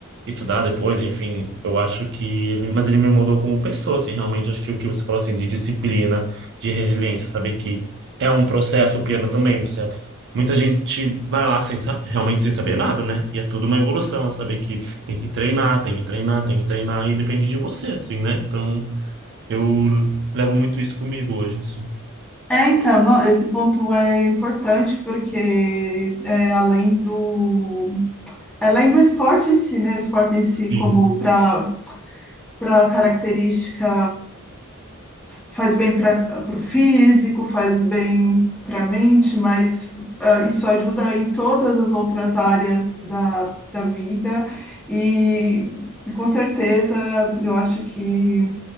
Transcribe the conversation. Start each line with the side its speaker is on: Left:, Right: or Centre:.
Right: estudar depois, enfim, eu acho que ele, mas ele me moldou como pessoa, assim, realmente acho que o que você falou assim de disciplina, de resiliência, saber que é um processo, o piano também, você é, muita gente vai lá sem sa- realmente sem saber nada, né? E é tudo uma evolução, é saber que tem que treinar, tem que treinar, tem que treinar e depende de você, assim, né? Então, eu levo muito isso comigo hoje, assim.
Centre: É, então, no- esse ponto é importante porque é, além do além do esporte em si, né? O esporte em si
Right: Sim.
Centre: como para para característica faz bem para o físico, faz bem para a mente, mas ah, isso ajuda em todas as outras áreas da, da vida e com certeza eu acho que